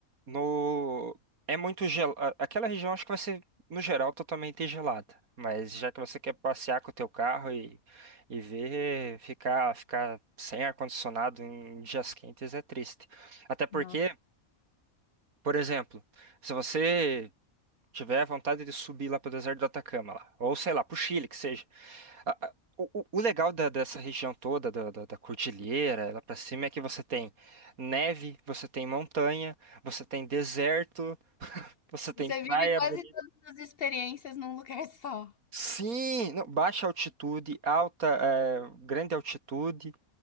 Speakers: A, on the right (about 80°); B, on the left (about 60°).
A: no é muito gel... a- Aquela região acho que vai ser no geral totalmente gelada, mas já que você quer passear com o teu carro e, e ver ficar ficar sem ar condicionado em dias quentes é triste. Até porque,
B: Nossa.
A: por exemplo, se você tiver vontade de subir lá pro deserto do Atacama lá, ou sei lá, pro Chile que seja, a- a- O, o- o legal da- dessa região toda, da, da, da cordilheira, lá pra cima, é que você tem neve, você tem montanha, você tem deserto, você tem
B: Você
A: praia
B: vive quase
A: bonita.
B: todas as experiências num lugar <laughs> só.
A: Sim, não, baixa altitude, alta, é, grande altitude.